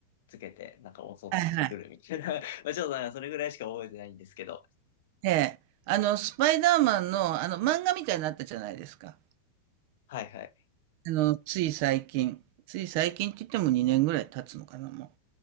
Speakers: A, on the left; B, on the right.
A: つけて、なんか襲ってくるみたいな。
B: はいはい。
A: <laughs> まあちょっとなんかそれぐらいしか覚えてないんですけど。
B: ええ。あの、スパイダーマンの、あの、漫画みたいになったじゃないですか。
A: はいはい。
B: あの、つい最近。つい最近って言っても2年ぐらい経つのかな、もう。